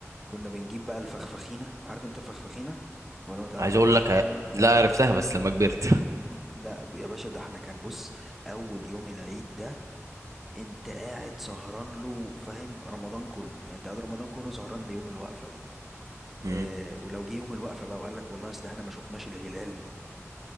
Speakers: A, in the centre; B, on the right (about 85°).
A: كنا بنجيب بقى الفخفخينة عارف انت فخفخينة ولا ما تعرفهاش
B: عايز اقول لك ع- لا عرفتها بس لما كبرت
A: لا يا باشا ده احنا كان بص اول يوم العيد ده انت قاعد سهران له فاهم رمضان كله يعني انت قاعد رمضان كله سهران ليوم الوقفة ده
B: <laughs> مم.
A: اه ولو جه يوم الوقفة بقى وقال لك والله اصل احنا ما شفناش الهلال